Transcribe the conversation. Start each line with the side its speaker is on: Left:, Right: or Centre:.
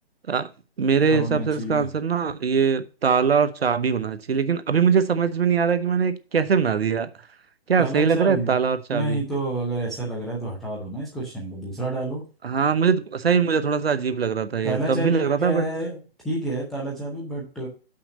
Right: अ, मेरे
Centre: क्या होना
Right: हिसाब से
Centre: चाहिए
Right: इसका आंसर ना ये ताला और चाबी होना चाहिए लेकिन अभी मुझे समझ में नहीं आ रहा कि मैंने कैसे बना दिया क्या
Centre: ताला
Right: सही
Centre: चाबी
Right: लग रहा है ताला और चाबी
Centre: नहीं तो अगर ऐसा लग रहा है तो हटा दो ना इस क्वेश्चन को दूसरा डालो
Right: हाँ मुझे तो- सही मुझे थोड़ा सा अजीब लग रहा था ये
Centre: ताला
Right: तब
Centre: चाबी
Right: भी लग
Centre: का
Right: रहा
Centre: क्या
Right: था बट
Centre: है ठीक है ताला चाबी बट